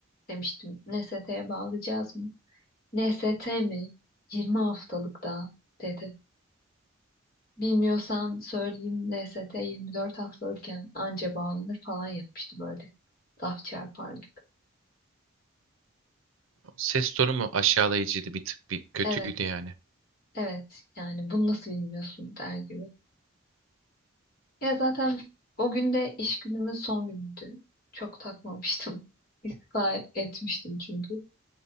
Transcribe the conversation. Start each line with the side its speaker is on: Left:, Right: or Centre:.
Left: demiştim. NST'ye bağlayacağız mı? NST mi? 20 haftalık daha dedi. Bilmiyorsan söyleyeyim NST 24 haftalıkken anca bağlanır falan yapmıştı böyle. Laf çarpar gibi.
Right: Ses tonu mu aşağılayıcıydı bir tık bir kötüydü
Left: Evet,
Right: yani.
Left: evet yani bunu nasıl bilmiyorsun der gibi. Ya zaten o gün de iş günümün son günüydü. Çok takmamıştım. <laughs> İstifa etmiştim çünkü.